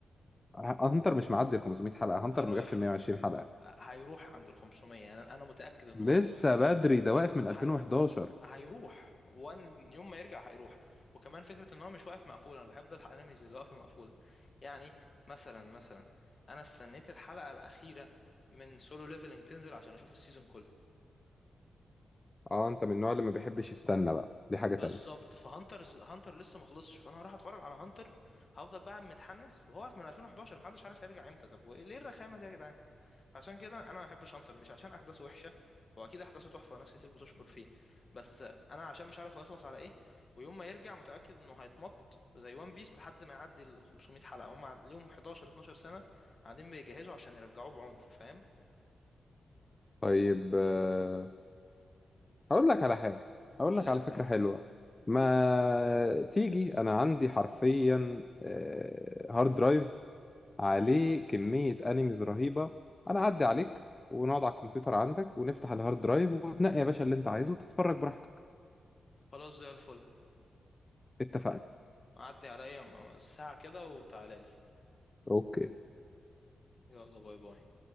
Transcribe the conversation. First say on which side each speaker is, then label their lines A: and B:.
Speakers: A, on the left (about 20°); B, on the left (about 35°).
A: ه- هانتر مش معدي ال 500 حلقة هانتر
B: رايح
A: ما جابش 120 حلقة
B: هيروح عند ال 500 يعني انا متاكد انه
A: لسه
B: هيروح
A: بدري ده واقف من
B: هي...
A: 2011
B: هيروح وان يوم ما يرجع هيروح وكمان فكره ان هو مش واقف مقفول انا بحب الانميز اللي واقفه مقفوله يعني مثلا مثلا انا استنيت الحلقه الاخيره من سولو ليفلنج تنزل عشان اشوف السيزون كله
A: اه انت من النوع اللي ما بيحبش يستنى بقى دي حاجة
B: بالظبط
A: تانية
B: فهانترز هانتر لسه مخلصش فانا هروح اتفرج على هانتر هفضل بقى متحنس وهو واقف من 2011 محدش عارف يرجع امتى طب وايه ليه الرخامه دي يا جدعان عشان كده انا ما بحبش انتر مش عشان احداثه وحشه واكيد احداثه تحفه وناس كتير بتشكر فيه بس انا عشان مش عارف هو هيخلص على ايه ويوم ما يرجع متاكد انه هيتمط زي وان بيس لحد ما يعدي ال 500 حلقه هم قاعد- ليهم 11 12 سنه قاعدين بيجهزوا عشان يرجعوه بعنف فاهم
A: طيب آه، هقول لك على حاجة هقول
B: قول
A: لك
B: لي
A: على
B: على
A: فكرة
B: حاجه
A: حلوة ما تيجي انا عندي حرفيا آه، هارد درايف عليه كمية انيميز رهيبة انا اعدي عليك ونقعد على الكمبيوتر عندك ونفتح الهارد درايف وتنقي يا باشا اللي انت عايزه وتتفرج براحتك
B: خلاص زي الفل
A: اتفقنا
B: عدي عليا م- ساعه كده وتعالى لي
A: اوكي
B: يلا باي باي